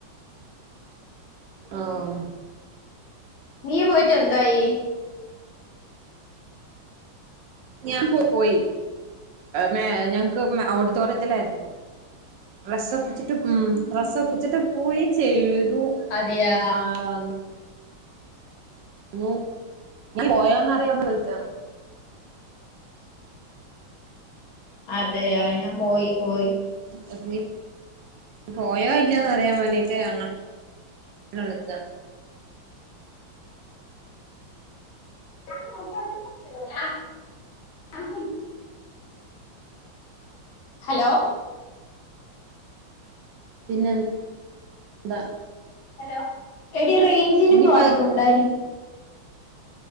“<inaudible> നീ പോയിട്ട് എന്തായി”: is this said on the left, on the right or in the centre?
Left